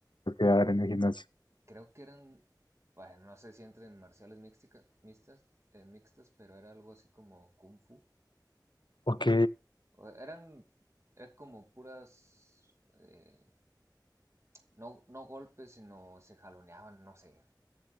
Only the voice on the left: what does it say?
lo que iba a dar en el gimnasio.
Ok,